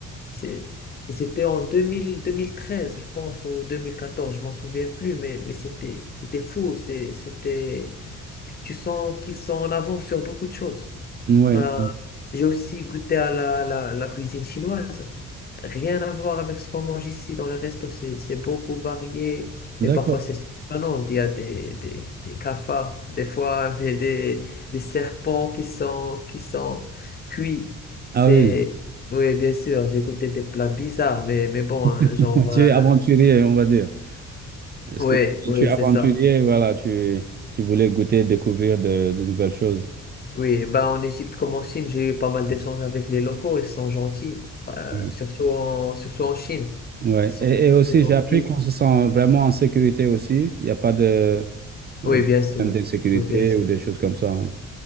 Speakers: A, on the left (about 30°); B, on the right (about 35°).
A: c'est- et c'était en 2000, 2013, je pense, ou 2014, je m'en souviens plus, mais, mais c'était, c'était fou. C'est, c'était, tu sens qu'ils sont en avance sur beaucoup de choses.
B: Oui,
A: Ben, j'ai aussi goûté à la, la, la cuisine chinoise. Rien à voir avec ce qu'on mange ici dans le resto, c'est c'est beaucoup varié
B: d'accord.
A: et parfois c'est surprenant. Il y a des, des, des cafards, des fois, <laughs> mais des, des serpents qui sont, qui sont cuits.
B: Ah
A: C'est,
B: oui,
A: oui, bien sûr, j'ai goûté des plats bizarres, mais, mais bon, hein,
B: <laughs>
A: genre,
B: tu
A: euh,
B: es aventurier, on va dire. Est-ce
A: oui,
B: que tu,
A: oui,
B: tu es aventurier,
A: c'est ça.
B: voilà, tu, tu voulais goûter, découvrir de, de nouvelles choses.
A: Oui, bah en Égypte comme en Chine, j'ai eu pas mal d'échanges avec les locaux, ils sont gentils, euh,
B: Oui.
A: surtout en, surtout en Chine.
B: Ouais.
A: Ils sont
B: Et,
A: très,
B: et aussi,
A: très gentils.
B: j'ai appris qu'on se sent vraiment en sécurité aussi. Il n'y a pas de,
A: Oui,
B: euh,
A: bien sûr,
B: problèmes de
A: oui, bien sûr.
B: ou des choses comme ça. hein.